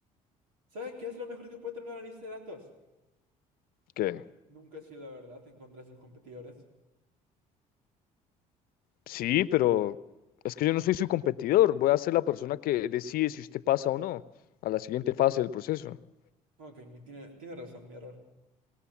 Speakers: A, on the right; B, on the left.
A: ¿Sabe qué es lo mejor que puede tener una lista de datos?
B: ¿Qué?
A: Nunca sí, la verdad encontrar contra sus competidores.
B: Sí, pero es que yo no soy su competidor. Voy a ser la persona que decide si usted pasa o no a la siguiente fase del proceso. <laughs>
A: Ok, mi- tiene, tiene razón, mi error.